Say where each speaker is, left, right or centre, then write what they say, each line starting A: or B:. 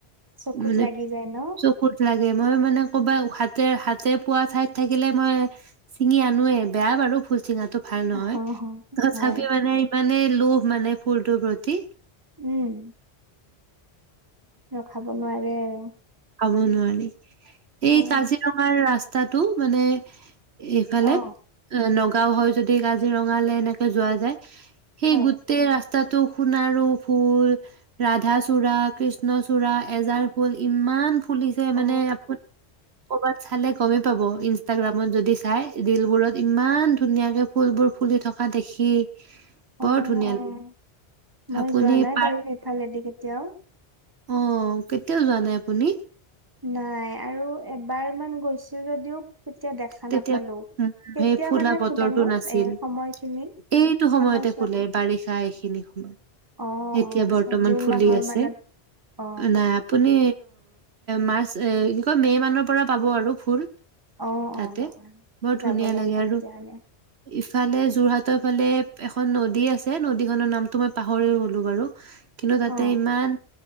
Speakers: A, on the right; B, on the right.
A: চকুত
B: মানে
A: লাগি যায় ন
B: চ কুত লাগে, মই মানে ক'বাত হাতে হাতে পোৱা ঠাইত থাকিলে মই চিঙি আনোয়ে, বেয়া বাৰু ফুল চিঙাটো ভাল নহয়।
A: অ হয়
B: তথাপি মানে ইমানে লোভ মানে ফুলটোৰ প্ৰতি।
A: উম। ৰখাব নোৱাৰে আৰু।
B: ৰখাব নোৱাৰি।
A: হয়
B: এই কাজিৰঙাৰ ৰাস্তাটো মানে এইফালে
A: হয় অ
B: নগাওঁ হয় যদি কাজিৰঙালৈ এনেকে যোৱা যায় সেই
A: হয়
B: গোট গোটেই ৰাস্তাটো সোণাৰো ফুল ৰাধাচূড়া, কৃষ্ণচূড়া এজাৰ ফুল ইমা ইমান ফুলিছে মানে
A: অ
B: আ, ক'ৰবাত চালে গমেই পাব, ইনষ্টাগ্ৰামত যদি চাই ৰিলবোৰত ইমান ধুনীয়াকে ফুলবোৰ ফুলি থকা দেখি। বৰ
A: অ',
B: ধুনীয়া
A: অ',
B: লাগে
A: মই
B: আপুনি
A: যোৱা নাই
B: পাৰ
A: বাৰু সেইফালেদি কেতিয়াও।
B: অ', কেতিয়াও যোৱা নাই আপুনি?
A: নাই আৰু এবাৰমান গৈছোঁ যদিও তেতিয়া দেখা
B: তেতিয়া
A: নাপালো
B: উম,
A: কেতিয়া
B: সেই ফুলা
A: মানে
B: বতৰটো
A: ফুলেনো
B: নাছিল।
A: এ সময়খিনি
B: এইটো সময়তে
A: সময়ছোৱাটো
B: ফুলে বাৰি এইখিনি সময়,
A: অ
B: এতিয়া
A: অ আচ্ছা
B: বৰ্তমান
A: জুন
B: ফুলি
A: মাহৰ
B: আছে।
A: মানত অ
B: নাই আপুনি মাৰ্চ কি কয় মে' মানৰ পৰা পাব আৰু ফুল।
A: অ
B: তাতে,
A: অ বাহ
B: বৰ
A: যাব
B: ধুনীয়া
A: লাগিব
B: লাগে আৰু।
A: তেতিয়াহলে
B: ইফালে যোৰহাটৰ ফালে এখন নদী আছে নদীখনৰ নামটো মই পাহৰি গ'লোঁ বাৰু কিন্তু তাতে
A: অ
B: ইমান